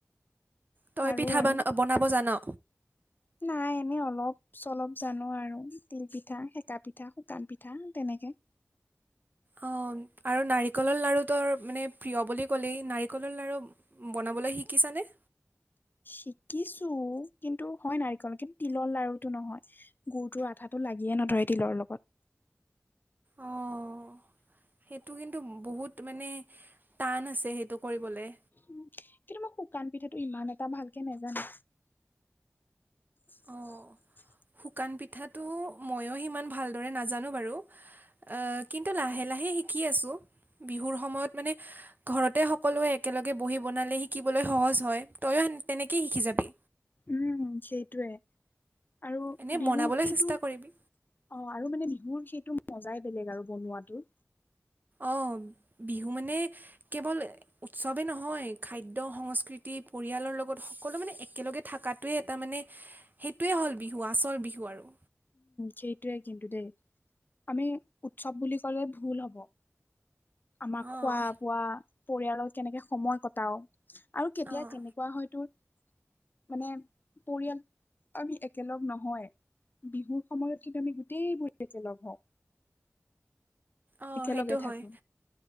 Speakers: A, on the right; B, on the left.
A: তই
B: পাৰো
A: পিঠা
B: আৰু।
A: বন বনাব জানো?
B: নাই এনেই অলপ চলপ জানো আৰু তিল পিঠা, সেকা পিঠা, শুকান পিঠা তেনেকে।
A: অ' আৰু নাৰিকলৰ লাৰু তোৰ মানে প্ৰিয় বুলি ক'লেই নাৰিকলৰ লাৰু বনাবলৈ শিকিছানে?
B: শিকিছোঁ কিন্তু হয় নাৰিকল কিন তিলৰ লাৰুটো নহয়, গুৰটোৰ আঠাটো লাগিয়ে নধৰে তিলৰ লগত।
A: অ'। অ' সেইটো কিন্তু বহুত মানে টান আছে সেইটো কৰিবলৈ।
B: উম, কিন্তু মই শুকান পিঠাটো ইমান এটা ভালকে নেজানো। <unintelligible>
A: অ', শুকান পিঠাটো ময়ো সিমান ভালদৰে নাজানো বাৰু। অ' কিন্তু লাহে লাহে শিকি আছোঁ, বিহুৰ সময়ত মানে ঘৰতে সকলোৱে একেলগে বহি বনালে শিকিবলৈ সহজ হয়, তইয়ো তেনেকেই শিকি যাবি।
B: উম, সেইটোৱে, আৰু
A: এনেই
B: বিহুৰ
A: বনাবলৈ
B: সেইটো
A: চেষ্টা কৰিবি।
B: অ' আৰু মানে বিহুৰ সেইটো মজাই বেলেগ আৰু বনোৱাতো।
A: অ' বিহু মানে কেৱল উৎসৱেই নহয় খাদ্য সংস্কৃতি পৰিয়ালৰ লগত সকলো মানে একেলগে থকাটোৱেই এটা মানে সেইটোৱে হ'ল বিহু আচল বিহু আৰু।
B: সেইটোয়ে কিন্তু দেই, আমি উৎসৱ বুলি ক'লে ভুল হব। আমাক
A: অঁ
B: খোৱা বোৱা পৰিয়ালৰ কেনেকে সময় কটাও, আৰু কেতিয়া
A: অঁ
B: কেনেকুৱা হয় তোৰ মানে পৰিয়াল আমি একেলগ নহয়, বিহু সময়ত কিন্তু আমি গোটেইবোৰ একে লগ হওঁ।
A: অঁ
B: একেলগে
A: সেইটো
B: থাকোঁ।
A: হয়